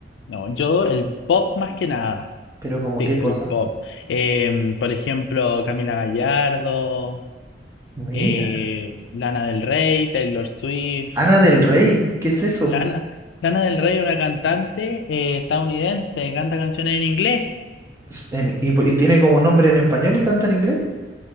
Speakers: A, on the left; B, on the right.
A: No, yo el pop más que nada.
B: Pero como
A: Sí,
B: qué
A: el
B: cosa.
A: pop. Em, por ejemplo, Camila Gallardo,
B: Mira.
A: eh, Lana del Rey, Taylor Swift.
B: Ana del Rey, ¿qué es eso?
A: Lana, Lana del Rey, una cantante eh, estadounidense, canta canciones en inglés.
B: Es en- y, po- y tiene como nombre en español y canta en inglés.